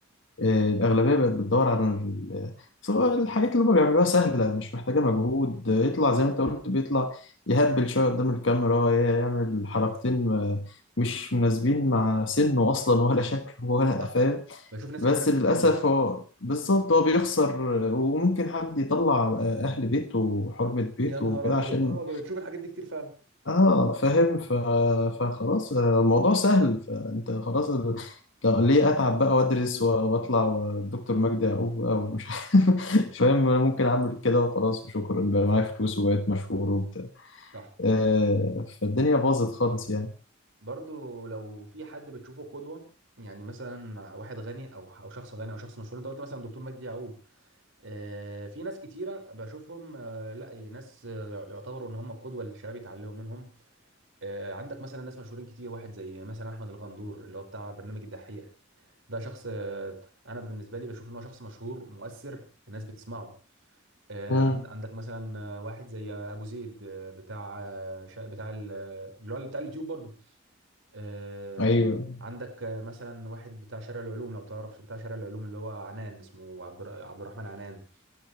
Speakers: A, on the left; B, on the right.
A: آه، الأغلبية بقت بتدور على ال- بس هو الحاجات اللي هما بيعملوها سهلة مش محتاجة مجهود آه، يطلع زي ما أنت قلت بيطلع يهبل شوية قدام الكاميرا ي- يعمل حركتين آه، مش مناسبين مع سنه أصلا ولا شكله ولا
B: صح
A: فاهم
B: بشوف ناس
A: بس
B: كبيرة في
A: للأسف
B: السن
A: هو بالظبط هو بيخسر آه، وممكن حد يطلع آه، أهل بيته وحرمة بيته
B: يا نهار
A: وكده
B: ابيض
A: عشان
B: اه بشوف الحاجات دي كتير فعلا
A: اه فاهم ف... فخلاص آه، الموضوع سهل فانت خلاص ال- لا، ليه اتعب بقى وادرس و- واطلع والدكتور مجدي يعقوب بقى ومش <laughs> عارف فاهم انا ممكن اعمل كده وخلاص وشكرا بقى معايا فلوس وبقيت مشهور وبتاع
B: صح
A: آه فالدنيا باظت خالص يعني
B: برضو لو في حد بتشوفه قدوة يعني مثلا واحد غني او او شخص غني او شخص مشهور انت قلت مثلا دكتور مجدي يعقوب آه، في ناس كتيره بشوفهم آه، لا ناس آه، يعتبروا ان هم قدوه للشباب يتعلموا منهم آه، عندك مثلا ناس مشهورين كتير واحد زي مثلا احمد الغندور اللي هو بتاع برنامج الدحيح ده شخص آه، انا بالنسبه لي بشوف ان هو شخص مشهور مؤثر الناس بتسمعه آه،
A: مم.
B: عند- عندك مثلا آه، واحد زي ابو زيد آه، بتاع آه، شا- بتاع ال- اللي هو بتاع اليوتيوب برضو آه،
A: ايوه
B: عندك آه، مثلا واحد بتاع شارع العلوم لو تعرف بتاع شارع العلوم اللي هو عنان اسمه عبد الر- عبد الرحمن عنان